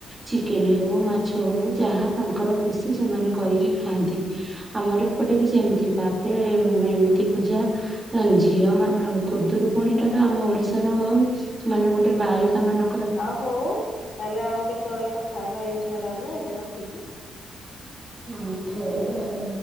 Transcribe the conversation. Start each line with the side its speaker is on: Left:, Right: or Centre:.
Right: ଚିକେନ ହଉ ମାଛ ହଉ ଯାହା ତାଙ୍କର ଖୁସି ସେମାନେ କରିକି ଖାଆନ୍ତି। ଆମର ଏପଟେରେ ବି ସେମିତି ତାପରେ ଏମିତି ପୂଜା। ଝିଅ ମାନେ କୁଦୁରୁକୁୁଣୀ ଟା ତ ଆମ ଓଡିଶାର ମାନେ ଗୋଟେ ବାଳିକା ମାନ
Left: ଆ ହଉ ତାହେଲେ ଆଉ କେତେବେଳେ କଥା ହେବା ଏ ବିଷୟରେ ଆମେ ଏବେ ରଖୁଛି।
Right: ଅଁ ହଁ। ହଉ ଆଉ